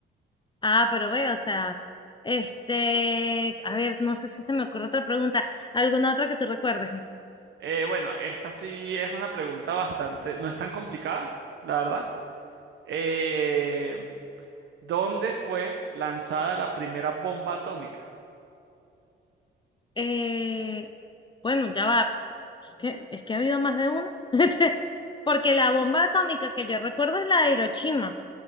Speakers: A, on the left; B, on the right.
A: Ah, pero ve, o sea, este, a ver, no sé si se me ocurre otra pregunta, alguna otra que te recuerdes.
B: Eh, bueno, esta sí es una pregunta bastante, no es tan complicada, la verdad. Eh, ¿dónde fue lanzada la primera bomba atómica?
A: Eh, bueno, ya va, es que, es que ha habido más de una, <laughs> porque la bomba atómica que yo recuerdo es la de Hiroshima.